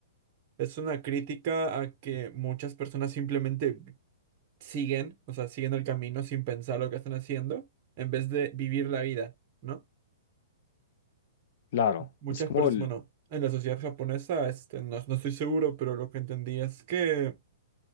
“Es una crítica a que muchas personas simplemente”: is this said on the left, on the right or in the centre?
Right